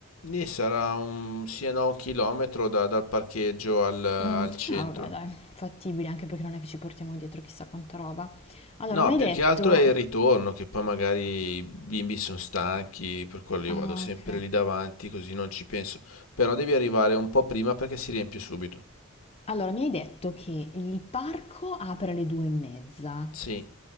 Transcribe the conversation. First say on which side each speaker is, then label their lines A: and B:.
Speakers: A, on the left; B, on the left.
A: Lì sarà un sì e no un chilometro da- dal parcheggio al, al
B: Mm,
A: centro.
B: ah, vabbè, dai, fattibile, anche perché non è che ci portiamo dietro chissà quanta roba. Allora,
A: No,
B: mi hai
A: più
B: detto...
A: che altro è il ritorno, che poi magari i bimbi sono stanchi, per quello io
B: Ah,
A: vado sempre
B: ok.
A: lì davanti, così non ci penso. Però devi arrivare un po' prima perché si riempie subito.
B: Allora, mi hai detto che il parco apre alle due e mezza,
A: Sì,